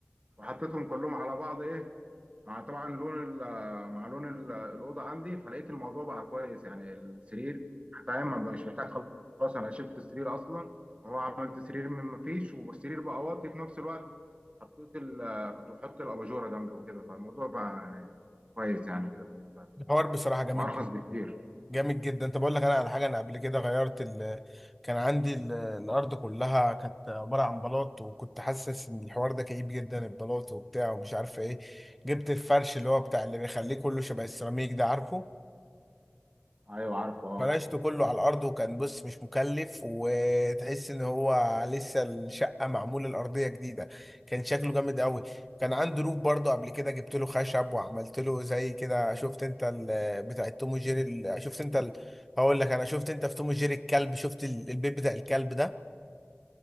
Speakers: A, on the right; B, in the centre.
A: وحطيتهم كلهم على بعض ايه مع طبعا لون ال- مع لون ال- الاوضه عندي فلقيت الموضوع بقى كويس يعني السرير فاهم ما بقاش محتاج خلاص انا شلت السرير اصلا هو عملت سرير من ما فيش والسرير بقى واطي في نفس الوقت حطيت ال كنت بحط الاباجوره جنبي وكده فالموضوع بقى يعني كويس يعني كده بالنسبه لي
B: الحوار بصراحه جامد
A: وارخص
B: جدا
A: بكتير
B: جامد جدا طب اقول لك انا على حاجه انا قبل كده غيرت ال... كان عندي ال... الارض كلها كانت عباره عن بلاط وكنت حاسس ان الحوار ده كئيب جدا البلاط وبتاع ومش عارفه ايه جبت الفرش اللي هو بتاع اللي بيخليه كله شبه السيراميك ده عارفه
A: ايوه عارفه اه
B: فرشته كله على الارض وكان بص مش مكلف وتحس ان هو لسه الشقه معموله الارضيه جديده كان شكله جامد قوي كان عنده روف برضه قبل كده جبت له خشب وعملت له زي كده شفت انت ال- بتاع توم وجيري ال- شفت انت ال- هقول لك انا شفت انت في توم وجيري الكلب شفت ال- البيت بتاع الكلب ده